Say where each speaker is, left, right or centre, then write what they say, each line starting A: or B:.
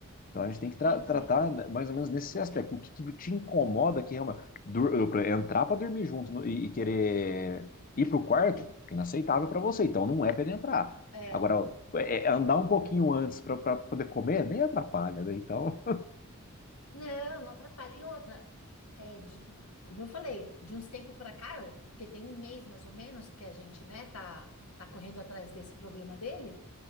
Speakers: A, on the left; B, on the left.
A: Então a gente tem que tra-
B: entendi.
A: tratar né, mais ou menos nesse aspecto. O que, que te incomoda que realmente dur- entrar para dormir junto no- e, e querer ir para o quarto, inaceitável para você. Então não é para ele entrar.
B: É,
A: Agora, é-
B: é.
A: é é andar um pouquinho antes para poder comer nem atrapalha, né? Então,
B: Não, não atrapalha. E outra, é, de- como eu falei, de uns tempos para cá, eu- porque tem um mês mais ou menos que a gente, né, tá, tá correndo atrás desse problema dele,